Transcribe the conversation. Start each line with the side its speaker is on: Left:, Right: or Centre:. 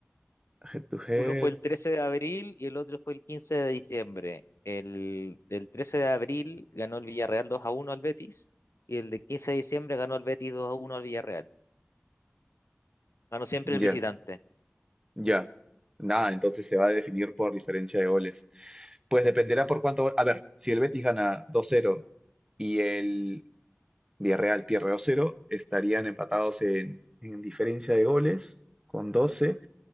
Right: Head to head.
Left: Uno fue el 13 de abril y el otro fue el 15 de diciembre. El, el 13 de abril ganó el Villarreal dos a uno al Betis y el de 15 de diciembre ganó el Betis dos a uno al Villarreal. Ganó siempre
Right: Ya,
Left: el visitante.
Right: ya. Nada, entonces se va a definir por diferencia de goles. Pues dependerá por cuánto. A ver, si el Betis gana dos cero y el Villarreal pierde 2-0, estarían empatados en, en diferencia de goles con 12.